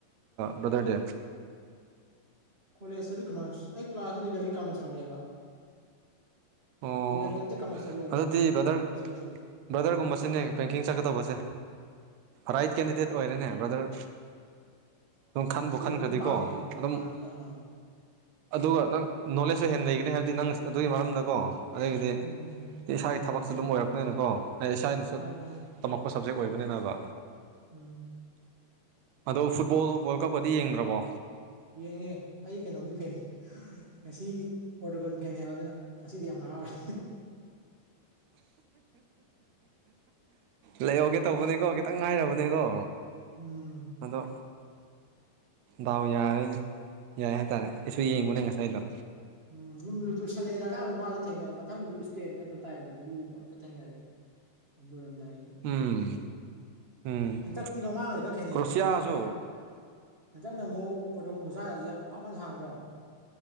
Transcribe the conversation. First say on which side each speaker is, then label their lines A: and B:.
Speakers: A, on the right; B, on the right.
A: ꯕ꯭ꯔꯗꯔꯗꯦ
B: ꯀꯣꯂꯦꯖꯇꯗꯤ ꯀꯃꯔꯁ ꯑꯩ ꯀ꯭ꯂꯥꯁꯇ ꯂꯩꯕ ꯑꯩ ꯀꯥꯃꯔꯁ ꯂꯧꯔꯑꯦꯕ
A: ꯑꯣ
B: ꯂꯚꯦꯟ ꯇꯨꯋ ꯀꯃꯔꯁ ꯂꯧꯔꯦꯕꯣ
A: ꯑꯗꯨꯗꯤ ꯕ꯭ꯔꯗꯔ
B: ꯀꯃꯥꯔꯦ
A: ꯕ꯭ꯔꯗꯔꯒꯨꯝꯕꯁꯤꯅꯦ ꯕꯦꯡꯀꯤꯡ ꯆꯠꯀꯗꯧꯕꯁꯦ ꯔꯥꯏꯠ ꯀꯦꯟꯗꯤꯗꯦꯠ
B: ꯎꯝ
A: ꯑꯣꯏꯔꯦꯅꯦ ꯕ꯭ꯔꯗꯔ ꯑꯗꯨꯝ
B: ꯎꯝ
A: ꯈꯟꯕ
B: ꯕꯦꯡꯁꯦ
A: ꯈꯟꯈ꯭ꯔꯗꯤꯀꯣ
B: ꯑꯗꯨꯝ ꯄꯥꯝꯃꯦ
A: ꯑꯗꯨꯝ
B: ꯍꯥꯟꯅꯗꯩꯅ ꯑꯥ
A: ꯑꯗꯨꯒ ꯅꯪ ꯅꯣꯂꯦꯖꯁ ꯍꯦꯟꯅ ꯂꯩꯒꯅꯤ ꯍꯥꯏꯕꯗꯤ ꯅꯪ ꯑꯗꯨꯒꯤ ꯃꯔꯝꯗꯀꯣ ꯑꯗꯒꯤꯗꯤ
B: ꯎꯝ
A: ꯏꯁꯥꯒꯤ ꯊꯕꯛꯁꯨ ꯑꯗꯨꯝ ꯑꯣꯏꯔꯛꯄꯅꯤꯅꯀꯣ ꯑꯩ ꯏꯁꯥꯅꯁꯨ
B: ꯃꯥꯅꯤ ꯃꯥꯅꯤ
A: ꯇꯝꯃꯛ ꯣ ꯁꯞꯖꯦꯛ ꯑꯣꯏꯕꯅꯤꯅꯕ
B: ꯎꯝ
A: ꯑꯗꯣ ꯐꯨꯠꯕꯣꯜ ꯋꯥꯔꯜ ꯀꯞꯇꯗꯤ ꯌꯦꯡꯗ꯭ꯔꯕꯣ
B: ꯌꯦꯡꯉꯦ ꯑꯩ ꯀꯩꯅꯣꯒꯤ ꯐꯦꯟꯅꯤ ꯉꯁꯤ ꯄꯣꯔꯇꯨꯒꯥꯟ ꯐꯦꯟꯅꯦꯕ ꯑꯗꯨꯅ ꯉꯁꯤꯗꯤ ꯌꯥꯝ ꯍꯔꯥꯎꯔꯦ
A: ꯂꯩꯍꯧꯒꯦ ꯇꯧꯕꯅꯦꯀꯣ ꯈꯤꯇꯪ ꯉꯥꯏꯔꯕꯅꯦꯀꯣ
B: ꯎꯝ
A: ꯑꯗꯣ ꯗꯥꯎ ꯌꯥꯔꯣꯏꯅꯦ ꯌꯥꯏ ꯍꯥꯏꯇꯥꯔꯦ ꯑꯩꯁꯨ ꯌꯦꯡꯕꯨꯅꯦ ꯉꯁꯥꯏꯗꯣ
B: ꯎꯝ ꯌꯨꯝ ꯂꯨ ꯆꯨꯁꯜꯂꯛꯑꯦꯗ ꯑꯌꯥꯝꯅ ꯃꯥꯣ ꯊꯦꯡ ꯃꯊꯪꯗꯁꯨ ꯏꯁꯇꯦꯟ ꯅꯠꯇ꯭ꯔ ꯇꯥꯏꯗꯣ ꯂꯨꯕ ꯉꯥꯛꯇ ꯊꯦꯡꯅꯔꯦ ꯎ ꯂꯣꯏꯔꯝꯗꯥꯏ
A: ꯎꯝ ꯎꯝ
B: ꯍꯟꯗꯛꯇꯤ ꯃꯃꯥꯡꯗꯗꯤ ꯈꯔ ꯈꯦꯠꯅꯩꯌꯦ
A: ꯀ꯭ꯔꯣꯁꯤꯌꯥꯁꯨ
B: ꯍꯟꯗꯛꯅ ꯌꯥꯝ ꯍꯟꯗꯛꯅ ꯑꯃꯨꯛ ꯄꯣꯇꯣꯒꯜ ꯈꯨꯁꯥꯟꯅꯁꯤ ꯌꯥꯝ ꯋꯥꯕꯅ ꯁꯥꯥꯟꯗ꯭ꯔꯣ